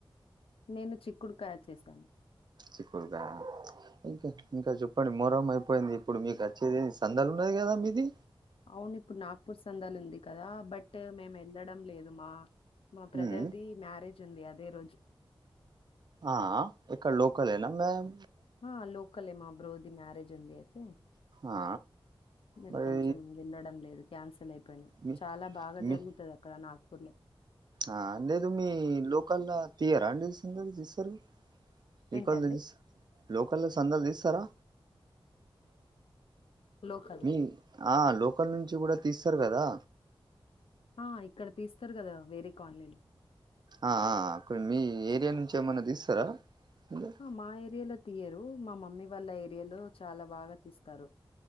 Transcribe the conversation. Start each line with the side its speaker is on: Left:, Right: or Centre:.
Left: నేను చిక్కుడుకాయ చేశాను
Right: చిక్కుడుకాయ ఇంకా ఇంకా చెప్పండి మోరం అయిపోయింది ఇప్పుడు మీకోచ్చేది ఎంది సంద్దలున్నయి కదా మీది
Left: అవును ఇప్పుడు నాగ్పూర్ సందాలుంది కదా బట్ మేము వెళ్ళడం లేదు మా మా బ్రదర్ది
Right: ఉమ్
Left: మ్యారేజ్ ఉంది అదే రోజు
Right: ఆ ఇక్కడ లోకలేన మేం
Left: ఆ లోకలే ఏ మాబ్రోది మ్యారేజ్ ఉందియితే
Right: ఆ
Left: నేను
Right: మరి
Left: కొంచెం వెళ్ళడం లేదు క్యాన్సల్ అయిపోయినా,
Right: మీ
Left: చాలా బాగా
Right: మీ
Left: జరుగుతది అక్కడ నాగపూర్లో.
Right: ఆ లేదు మీ లోకల్లా తీయరా అండి సంధల్ తీస్తరుగా. ఏ
Left: ఏంటండి
Right: కల్ తీస్ లోకల్లో సందల్ తీస్తరా.
Left: లోకల్
Right: మీ ఆ లోకల్ల నుంచి కూడా తీస్తరు కదా.
Left: ఆ ఇక్కడ తీస్తరు కదా వేరే కాలనీలు.
Right: ఆ ఆ కొని మీ ఏరియా నుంచి ఏమన్నా తీస్తరా సందల్.
Left: మా ఏరియాలో తీయరు, మా మమ్మీ వాళ్ళ ఏరియాలో చాలా బాగా తీస్తారు.